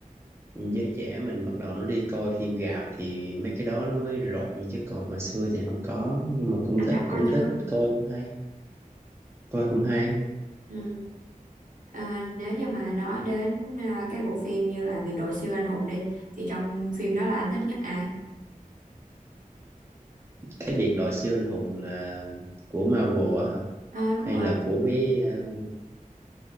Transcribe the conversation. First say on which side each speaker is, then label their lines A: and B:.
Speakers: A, on the right; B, on the right.
A: ừ, giới trẻ mình bắt đầu nó đi coi phim rạp thì mấy cái đó nó mới rộn chứ còn hồi xưa thì không có nhưng mà cũng
B: Anh
A: thích
B: đã coi
A: cũng
B: chưa?
A: thích coi cũng hay coi cũng hay
B: Ừ. À, nếu như mà nói đến à, cái bộ phim như là Biệt đội siêu anh hùng đi thì trong phim đó là anh thích nhất ai?
A: cái biệt đội siêu anh hùng là của Marvel á hả
B: À, đúng
A: hay
B: rồi,
A: là của mấy ờ,